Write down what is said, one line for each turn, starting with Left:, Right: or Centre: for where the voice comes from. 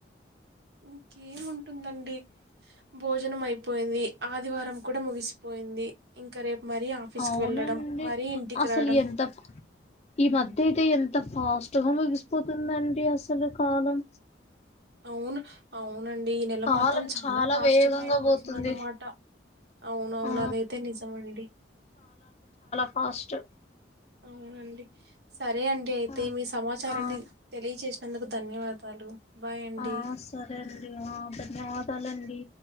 Right: ఇంకేముంటుందండి భోజనం అయిపోయింది ఆదివారం కూడా ముగిసిపో పోయింది ఇంకా రేపు మరీ ఆఫీస్కి
Left: అవునండి
Right: వెళ్ళడం మరీ ఇంటికి
Left: అసలు
Right: రావడం
Left: ఎంత ఫ- ఈ మధ్య అయితే ఎంత ఫాస్ట్గా ముగిసిపోతుందండి అసలు కాలం
Right: అవును అవును అవునండి ఈ నెల
Left: కాలం
Right: మాత్రం చాలా ఫాస్ట్
Left: వేగంగా
Right: గా అయిపోతుందన్నమాట
Left: పోతుంది
Right: అవున అవును
Left: ఆ
Right: అదైతే నిజం అండి
Left: హాస్టల్
Right: అవునండి సరే అండి అయితే
Left: ఆ
Right: మీ సమాచారాన్ని
Left: ఆ
Right: తెలియజేసినందుకు ధన్యవాదాలు బాయ్ అండి
Left: ఆ, సరే అండి ధన్యవాదాల అండి